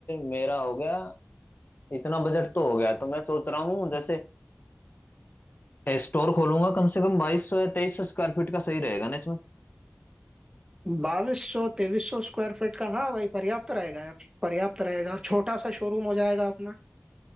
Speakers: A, on the left (about 50°); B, on the right (about 20°).
A: मेरा हो गया इतना बजट तो हो गया तो मैं सोच रहा हूँ जैसे स्टोर खोलूंगा कम से कम बाईस सौ या तेईस सौ स्क्वायर फीट का सही रहेगा ना इसमें
B: बाईस सौ तेईस सौ स्क्वायर फीट का हाँ भाई पर्याप्त रहेगा यार पर्याप्त रहेगा छोटा सा शोरूम हो जाएगा अपना